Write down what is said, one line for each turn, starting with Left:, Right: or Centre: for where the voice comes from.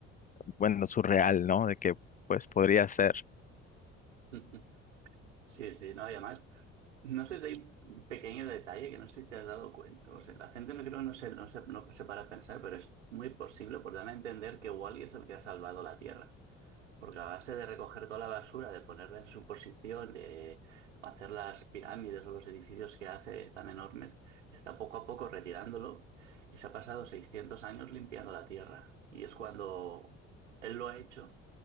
Left: bueno, surreal, ¿no? De que, pues, podría ser.
Right: <laughs> Sí, sí, no, y además, no sé si hay un pequeño detalle que no sé si te has dado cuenta. O sea, la gente no creo, no se, no se, no se para a pensar, pero es muy posible por dar a entender que Wally es el que ha salvado la Tierra. Porque a base de recoger toda la basura, de ponerla en su posición, de hacer las pirámides o los edificios que hace tan enormes, está poco a poco retirándolo y se ha pasado 600 años limpiando la tierra. Y es cuando él lo ha hecho